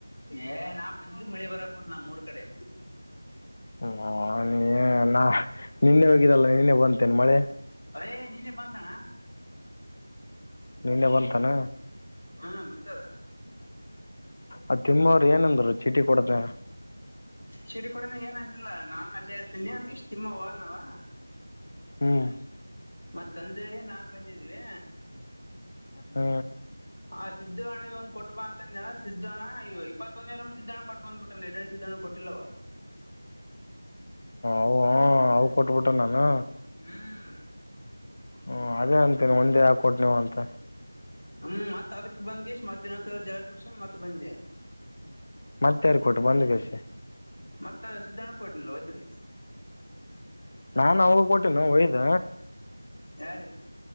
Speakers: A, on the left; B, on the left.
A: ಏ ನಾ ಬಂದಿದ್ಕ್ ಮಳಿ ಬರಾ ನಮ್ಮೂರ್ ಕಡೆ
B: ಹೂಂ ಏ ನಾ ನಿನ್ನೆ ಹೋಗಿದಲ್ಲ ನಿನ್ನೆ ಬಂತೇನಾ ಮಳಿ
A: ಏಯ್ ನಿನ್ನೆ ಬಂತಣ್ಣ
B: ನಿನ್ನೆ ಬಂತನ
A: ಹಾ ಬಂತದ
B: ಆ ತಿಮ್ಮವ್ರು ಏನಂದ್ರು ಚೀಟಿ ಕೊಡತ್ನ್ಯಾಗ
A: ಸಿಡಿ ಕೊಡಾನ ಏನಂದಿಲ್ಲ ನಾನು ಅಲ್ಲೇ ಇರ್ತೀನಿ ಅಂದ ಕ್ಯಾಶ್ ತಿಮ್ಮ ಹೋದ್ನವ
B: ಹ್ಮ್
A: ಮತ್ ಸಂಜಯ ನಾನ್ ಬಂದಿದ್ವಿ
B: ಹ್ಮ್
A: ಹಾ ಸಿದ್ದೂಣಗ ಒಂದ್ ಕೊಟ್ಬಾ ಅಂತಂದ್ನಲ್ಲ ಸಿದ್ದ ಇಪ್ಪತ್ತೊಂದನೇ ರೂಂ ಸಿದ್ದಣ್ಣಗ್ ಕೊಟ್ ಬಂದ್ಬಿಟ್ಟಾನ ಎದ್ದೇಳ್ಸಿ ದ್ದಣ್ಣಗ್ ಕೊಟ್ಟಿಲ್ಲವ
B: ಅವು ಅವು ಕೊಟ್ಬಿಟ್ಟು ನಾನು
A: ಹ್ಮ್
B: ಹ್ಮ ಅದೇ ಅಂತೇನೆ ಒಂದೇ ಯಾಕ ಕೊಟ್ನವ ಅಂತ
A: ಹ್ಮ್ ಮತ್ ಅದಕ್ ಬಂದ್ ಕ್ಯಾಶ್ ಮತ್ತ ಇನ್ನೊಂದ್ಸಲ ಜರ ಕುಡ್ಸ್ಯಂಡ್ ಮತ್ ಬಂದೆ
B: ಮತ್ತ್ ಯಾರಿಗ್ ಕೊಟ್ಟು ಬಂದು ಕ್ಯಾಷಿ
A: ಮತ್ತ ಸಿದ್ದಣಕೋಟ್ನಲ್ ಒದ್ರಿ
B: ನಾನು ಅವಂಗ ಕೊಟ್ಟೀನೋ ಒಯ್ದ
A: ಯಾರಿಗೆ